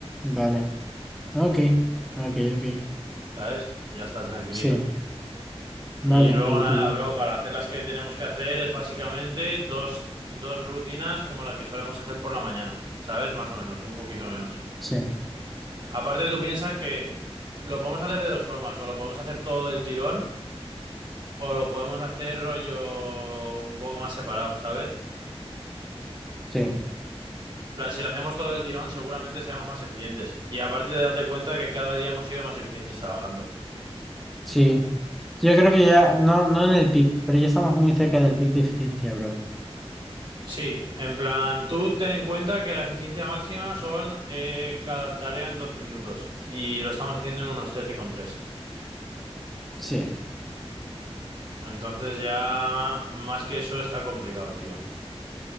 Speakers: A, in the centre; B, on the right.
A: Vale. Ok. Ok, ok.
B: ¿Sabes? Y ya está tranquilito.
A: Sí. Vale,
B: Y luego
A: lo que
B: nada,
A: tú digas.
B: bro, para hacer las que tenemos que hacer es básicamente dos, dos rutinas como la que solemos hacer por la mañana, ¿sabes? Más o menos, un poquito menos.
A: Sí.
B: Aparte, tú piensas que lo podemos hacer de dos formas, o lo podemos hacer todo del tirón, o lo podemos hacer rollo un poco más separado, ¿sabes?
A: Sí.
B: plan, si lo hacemos todo el tirón, seguramente seamos más eficientes. Y aparte, date cuenta que cada día hemos sido más eficientes trabajando.
A: Sí. Yo creo que ya, no, no en el pic, pero ya estamos muy cerca del pic de eficiencia, bro.
B: Sí, en plan, tú ten en cuenta que la eficiencia máxima son eh, cada tarea en 12 minutos y lo estamos haciendo en unos trece coma tres
A: Sí,
B: Entonces ya más que eso está complicado, tío.